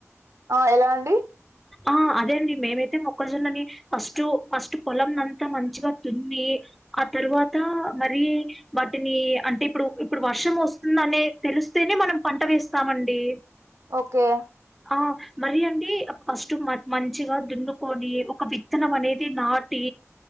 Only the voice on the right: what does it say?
ఆ ఎలా అండి
ఓకే